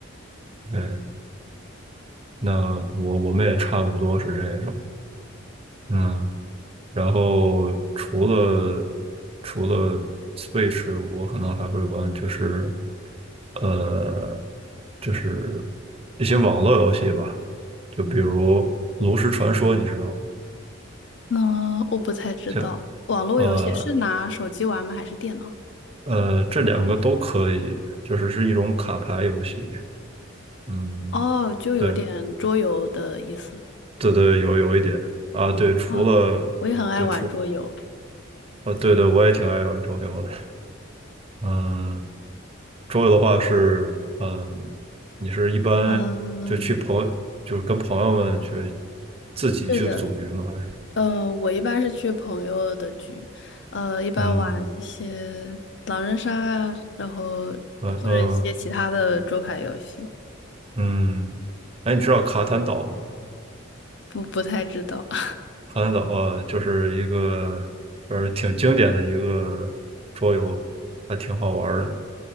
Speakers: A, on the right; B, on the left.
A: 对，那我我们也差不多是这种。嗯，然后除了除了 Switch，我可能还会玩就是呃，就是一些网络游戏吧，就比如《炉石传说》，你知道吗？
B: 嗯，我不太知道，
A: 就
B: 网络游戏是拿手机玩吗？
A: 呃
B: 还是电脑？
A: 呃，这两个都可以，就是是一种卡牌游戏。嗯，
B: 哦，就有点桌游的意思。
A: 对对对，有有一点啊，对，除了对除
B: 哦，我也很爱玩桌游。
A: 啊，对对，我也挺爱玩桌游的。嗯，桌游的话是，嗯，你是一般就去朋友，
B: 嗯，
A: 就是跟朋友们去自己去组局吗？
B: 对的，
A: 还是
B: 呃，我一般是去朋友的局，呃，一般玩一些狼人杀啊，
A: 嗯，
B: 然后或者一些其他的桌牌游戏，
A: 嗯嗯嗯，哎，你知道卡坦岛吗？
B: 不不太知道。<laughs>
A: 卡坦岛啊，就是一个呃挺经典的一个桌游，还挺好玩儿的。